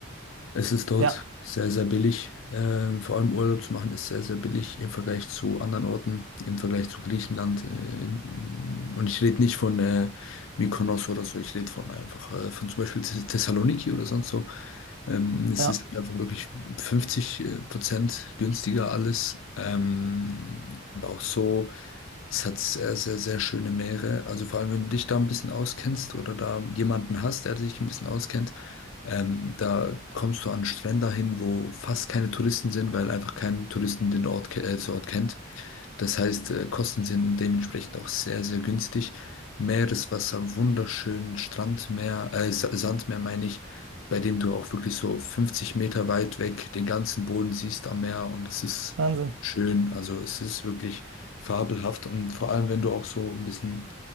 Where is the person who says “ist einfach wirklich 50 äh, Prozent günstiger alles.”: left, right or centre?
Left